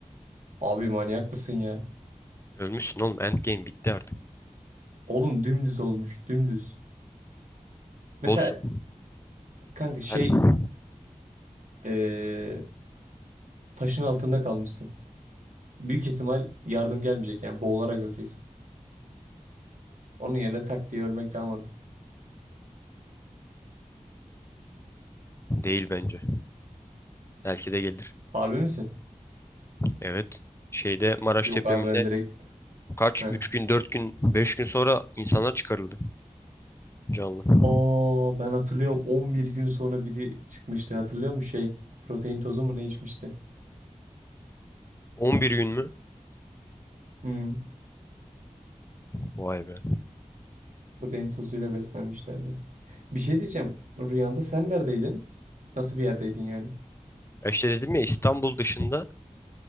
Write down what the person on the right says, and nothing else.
Abi manyak mısın ya?
Oğlum dümdüz olmuş, dümdüz. Mesela
kanka şey
Ee, taşın altında kalmışsın. Büyük ihtimal yardım gelmeyecek yani boğularak öleceksin. Onun yerine tak diye ölmek daha mantıklı.
Harbi misin?
Yok
abi ben direkt...
Heh.
Aa ben hatırlıyorum 11 gün sonra biri çıkmıştı hatırlıyor musun şey? Protein tozu mu ne içmişti?
Hmm,
protein tozuyla beslenmişlerdi. Bir şey diyeceğim. Rüyanda sen neredeydin? Nasıl bir yerdeydin yani?